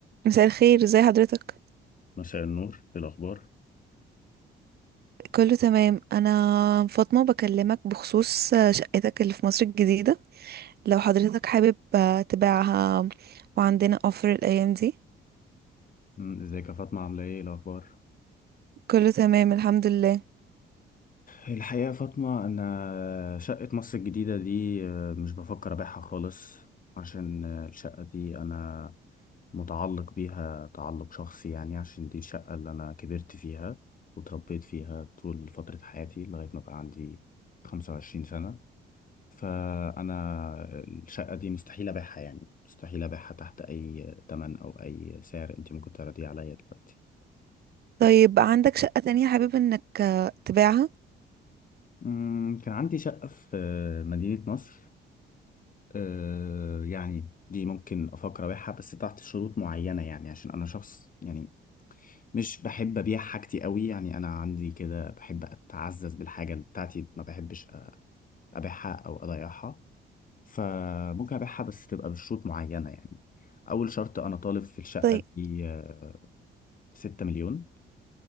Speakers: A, on the right (about 55°); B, on the left (about 45°).
A: مساء الخير ازي حضرتك
B: مساء النور ايه الاخبار
A: كله تمام انا فاطمة بكلمك بخصوص شقتك اللي في مصر الجديدة لو حضرتك حابب تبيعها وعندنا اوفر الايام دي
B: مم، ازيك يا فاطمة عاملة ايه إيه الأخبار؟
A: كله تمام الحمد لله
B: الحقيقة يا فاطمة أنا شقة مصر الجديدة دي آه، مش بفكر أبيعها خالص عشان آه، الشقة دي أنا متعلق بيها تعلق شخصي يعني عشان دي الشقة اللي أنا كبرت فيها وتربيت فيها طول فترة حياتي لغاية ما بقى عندي 25 سنة فأنا الشقة دي مستحيل أبيعها يعني مستحيل أبيعها تحت أي تمن أو أي سعر أنت ممكن تعرضيه عليا دلوقتي
A: طيب عندك شقة تانية حابب انك تبيعها
B: أمم، كان عندي شقة في مدينة نصر أه، يعني دي ممكن أفكر أبيعها بس تحت شروط معينة يعني عشان أنا شخص يعني مش بحب أبيع حاجتي قوي يعني أنا عندي كده بحب أتعزز بالحاجة بتاعتي ما بحبش أ- أبيعها أو أضيعها فممكن أبيعها بس تبقى بشروط معينة يعني أول شرط أنا طالب في الشقة
A: طيب
B: دي آه، 6 مليون